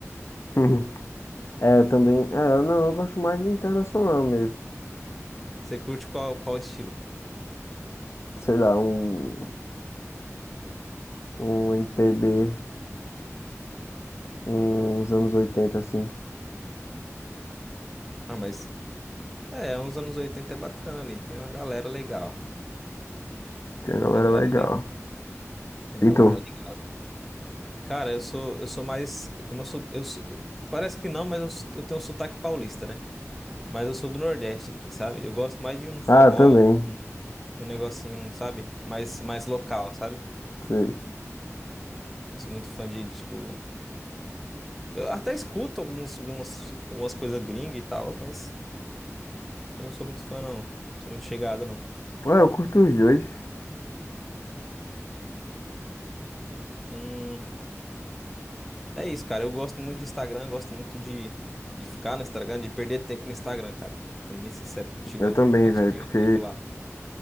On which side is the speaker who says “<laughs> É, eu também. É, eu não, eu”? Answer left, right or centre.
Left